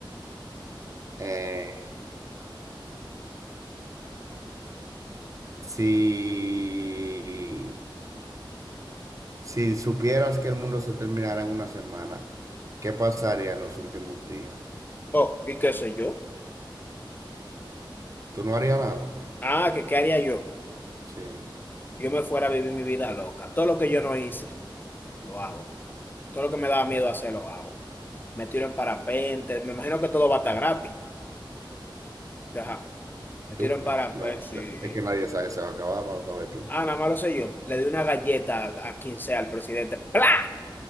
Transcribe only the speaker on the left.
Oh, ¿y qué sé yo?
Ah, que qué haría yo?
Yo me fuera a vivir mi vida loca. Todo lo que yo no hice, lo hago. Todo lo que me daba miedo hacer, lo hago. Me tiro en parapente. Me imagino que todo va a estar gratis. Ajá. Me
tiro
en parapente,
sí.
Ah, nada más lo sé yo. Le doy una galleta a quien sea al presidente. ¡Pla!